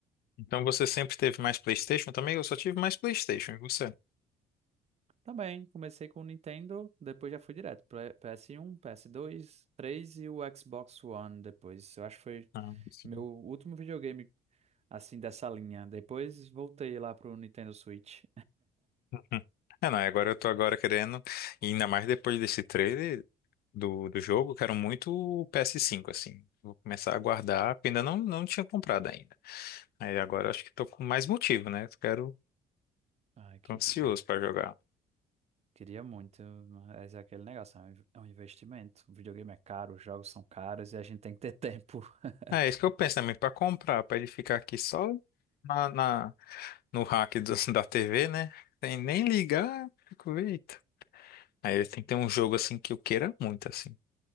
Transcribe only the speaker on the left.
Então você sempre teve mais PlayStation também? Eu só tive mais PlayStation, e você?
Ah, sim.
<laughs> Hum. É, não, agora eu tô agora querendo, e ainda mais depois desse trailer do, do jogo, eu quero muito o PS5, assim. Vou começar a guardar, porque ainda não, não tinha comprado ainda. Aí agora eu acho que tô com mais motivo, né? Eu Quero,
tô ansioso pra jogar.
É isso que eu penso também, pra comprar, pra ele ficar aqui só na, na- no rack do- <laughs> da TV, né? Sem nem ligar, fico, eita. Aí tem que ter um jogo assim que eu queira muito, assim.